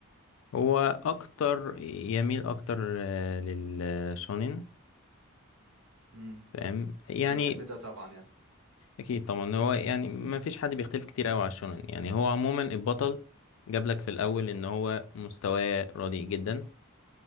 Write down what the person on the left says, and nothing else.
هو اكتر يميل اكتر آه، للشونين
فاهم يعني
اكيد طبعا هو يعني ما فيش حد بيختلف كتير قوي على الشونين يعني هو عموما البطل جاب لك في الاول ان هو مستواه رديء جدا